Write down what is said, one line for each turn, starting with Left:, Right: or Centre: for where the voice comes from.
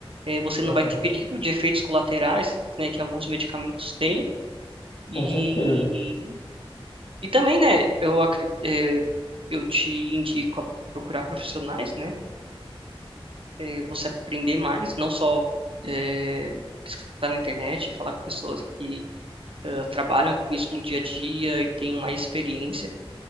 Right: eh, você
Left: Aham,
Right: não vai ter perigo de efeitos colaterais, né, que alguns medicamentos têm. E,
Left: com certeza.
Right: e, e também, né, eu, acre- eh, eu te indico a procurar profissionais, né? é, você aprender mais, não só é, pesquisar na internet, falar com pessoas que eh, trabalham com isso no dia a dia e têm mais experiência.